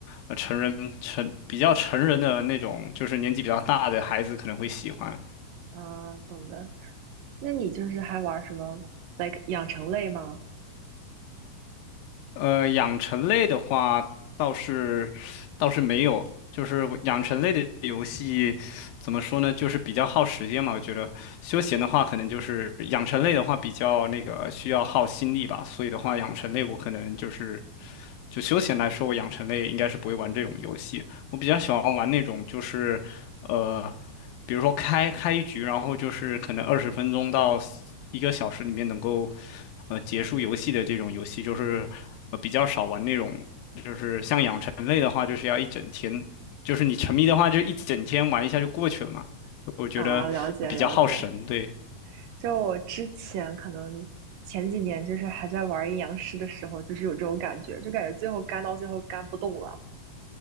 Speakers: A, on the left; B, on the right.
A: 呃，成人成比较成人的那种，就是年纪比较大的孩子可能会喜欢，
B: 啊，懂的。那你就是还玩什么，like 养成类吗？
A: 呃，养成类的话倒是倒是没有，就是养成类的游戏怎么说呢，就是比较耗时间嘛。我觉得休闲的话，可能就是养成类的话比较那个需要耗心力吧，所以的话，养成类我可能就是就休闲来说，我养成类应该是不会玩这种游戏。我比较喜欢玩那种就是，呃，比如说开开一局，然后就是可能二十分钟到一个小时里面能够呃结束游戏的这种游戏，就是呃比较少玩那种。就是像养成类的话，就是要一整天，就是你沉迷的话，就一整天玩一下就过去了嘛。我觉得比较耗神，
B: 啊，了解了解。
A: 对，
B: 就我之前可能前几年就是还在玩阴阳师的时候，就是有这种感觉，就感觉最后干到最后干不动了。